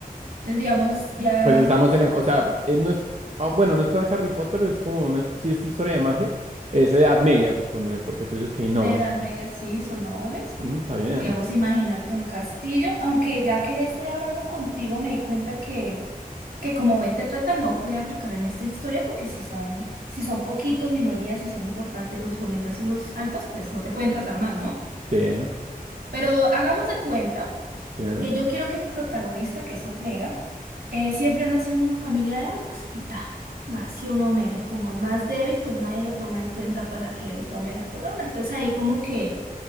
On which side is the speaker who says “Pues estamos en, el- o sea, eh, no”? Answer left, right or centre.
Right